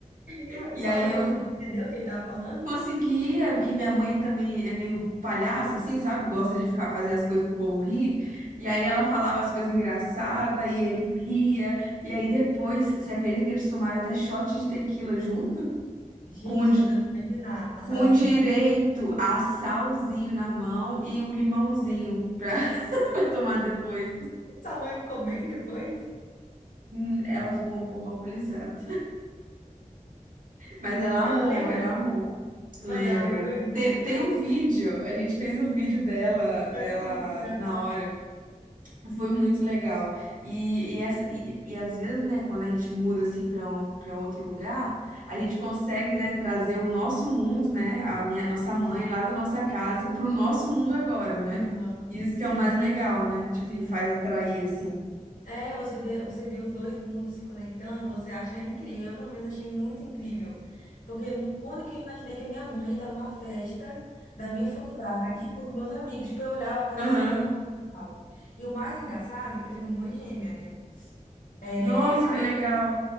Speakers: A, on the left (about 80°); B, on the right (about 80°).
A: <laughs>
B: E
A: Mas Sua
B: aí
A: mãe
B: eu
A: conseguiu entender o que ele tava falando?
B: Conseguia, e minha mãe também é meio palhaça, assim, sabe? Gosta de ficar fazer as coisas pro povo rir. E aí ela falava as coisas engraçadas e ele ria. E aí depois, você acredita que eles tomaram até shot de tequila junto?
A: Gente,
B: Com, di-
A: tô tentando imaginar essa
B: com
A: cena.
B: direito a salzinho na mão e o limãozinho pra, <laughs> pra tomar depois.
A: Sua mãe ficou bem depois?
B: Hum, Ela ficou um pouco alcoolizada. Mas ela
A: Ela
B: amou,
A: lembra?
B: ela amou. Lembra?
A: Mas ela lembrou disso
B: Tem,
A: depois?
B: tem um vídeo, a gente fez um vídeo dela,
A: Deve
B: dela
A: ser muito engraçado.
B: na hora. Foi muito legal. E, e, essa, e, e às vezes, né, quando a gente muda assim para para outro lugar, a gente consegue, né, trazer o nosso mundo, né, a minha, nossa mãe lá da nossa casa para o nosso mundo agora, né?
A: Aham,
B: Isso
A: Sim,
B: que é o mais legal, né? Tipo,
A: sim.
B: que faz atrair assim.
A: É, você vê, você vê os dois mundos se conectando, você acha incrível. Eu, pelo menos, achei muito incrível. Porque no, quando que eu imaginei que a minha mãe estava numa festa da minha faculdade com os meus amigos, tipo, eu olhava, parecia
B: Aham.
A: que não. tava. E o mais engraçado é que eu tenho uma irmã gêmea, né? É,
B: Nossa, que
A: aí,
B: legal.